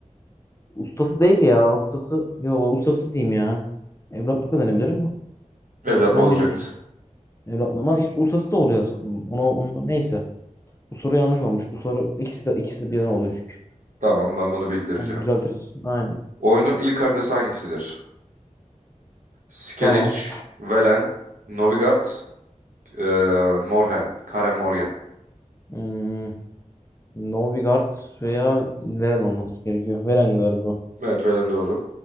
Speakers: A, on the left; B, on the right.
A: Ustası değil ya. Ustası. Yo ustası diyeyim ya. Evlatlık da denebilir ama.
B: Evlatlı
A: İkisinden
B: olacaktı.
A: biri diyeyim. Evlatlık ama is- ustası da oluyor aslında. Ona, ona, neyse. Bu soru yanlış olmuş. Bu soru ikisi de, ikisi de birden oluyor çünkü.
B: Tamam ben bunu bildireceğim.
A: Onu düzeltiriz. Aynen.
B: Oyunun ilk haritası hangisidir? Skellige,
A: Tamam.
B: Velen, Novigrad, ee, Morhen, Karen Morgen.
A: Hmm, Novigard veya Veren olması gerekiyor. Veren galiba.
B: Evet Velen doğru.